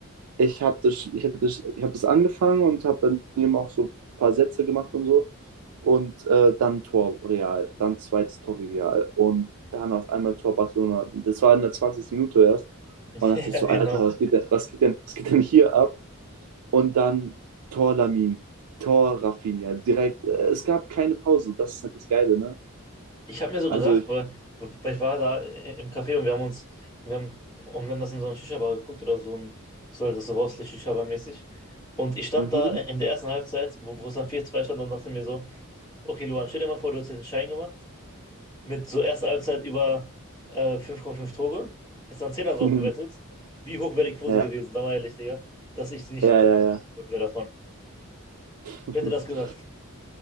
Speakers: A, on the right; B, on the left.
A: ich habe das, ich hab das, ich hab das angefangen und habe dann eben auch so ein paar Sätze gemacht und so. Und äh, dann Tor Real, dann zweites Tor Real und dann auf einmal Tor Barcelona. Das war in der 20. Minute erst.
B: <laughs>
A: Man dachte sich so,
B: ja, genau.
A: Alter, was geht denn, was geht denn, was geht denn hier ab? Und dann Tor Lamin, Tor Rafinha, direkt. Äh, es gab keine Pause. Das ist halt das Geile, ne?
B: Ich habe mir so
A: Also
B: gedacht,
A: ich,
B: weil, weil ich war da im Café und wir haben uns, und wir haben, und wir haben das in so einer Shisha-Bar geguckt oder so ein, so ein rostlich Shisha-Bar-mäßig. Und ich stand
A: mhm.
B: da in der ersten Halbzeit, wo, wo es dann vier zwei stand und dachte mir so, okay, Luan, stell dir mal vor, du hättest jetzt einen Schein gemacht mit so erster Halbzeit über äh, fünf Komma fünf Tore, hättest dann zehner drauf
A: <laughs>
B: gewettet. Wie hoch wäre die Quote
A: ja,
B: gewesen, sag mal ehrlich, Digga, dass ich nicht
A: ja,
B: komplett
A: ja,
B: geworden wäre davon.
A: ja.
B: Wer hätte das
A: <laughs>
B: gedacht?